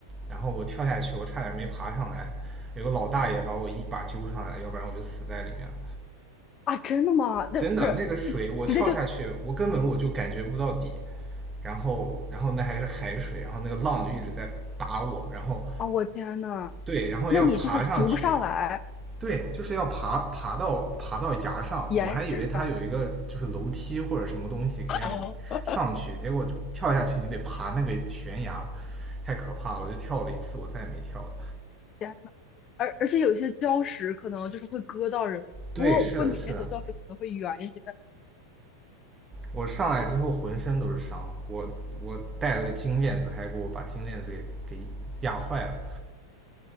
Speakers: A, on the right; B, on the left.
A: 然后我跳下去，我差点没爬上来，有个老大爷把我一把揪上来，要不然我就死在里面了。
B: 啊，真的吗？那不是
A: 真的，那个水我跳下去，
B: 直接就
A: 我根本我就感觉不到底。然后然后那还是海水，然后那个浪就一直在打我，然后
B: 啊，我天呐，
A: 对，然后要爬上去，
B: 那你就是浮不上来
A: 对，就是要爬爬到爬到崖上，
B: 岩石上，
A: 我还以为它有一个就是楼梯或者什么东西可以让你上去，
B: 哦
A: 结果就跳下去，你得爬那个悬崖，太可怕了！我就跳了一次，我再也没跳了。
B: 天呐，而而且有些礁石可能就是会割到人，
A: 对，
B: 不过不过你们那所礁石可能会圆一些，
A: 是的，是的，我上来之后浑身都是伤，我我带了个金链子，还给我把金链子给给压坏了。